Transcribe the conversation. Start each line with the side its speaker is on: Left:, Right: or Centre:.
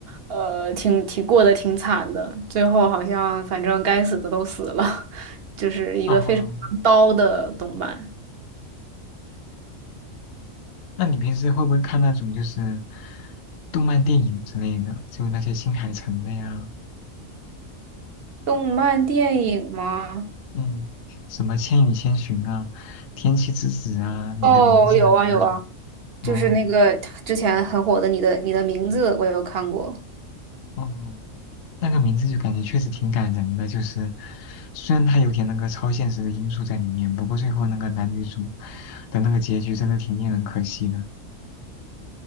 Right: 呃，挺挺过得挺惨的，最后好像反正该死的都死了，<laughs> 就是一个非常刀的动漫。
Left: 哦，那你平时会不会看那种就是动漫电影之类的，就那些新海诚的呀，
Right: 动漫电影吗？
Left: 嗯，什么《千与千寻》啊，《天气之子》啊，《你的名字》啊那种？
Right: 哦，有啊有啊，
Left: 哦
Right: 就是那个之前很火的《你的你的名字》，我有看过。
Left: 哦，那个名字就感觉确实挺感人的，就是虽然它有点那个超现实的因素在里面，不过最后那个男女主的那个结局真的挺令人可惜的。